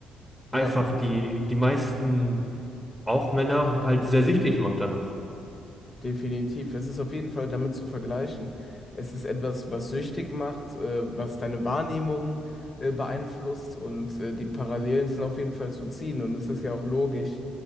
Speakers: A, on the left; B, in the centre.
A: Ja,
B: Einfach die, die meisten, auch Männer, halt sehr süchtig macht danach.
A: definitiv. Es ist auf jeden Fall damit zu vergleichen. Es ist etwas, was süchtig macht, äh, was deine Wahrnehmung äh, beeinflusst und äh, die Parallelen sind auf jeden Fall zu ziehen und es ist ja auch logisch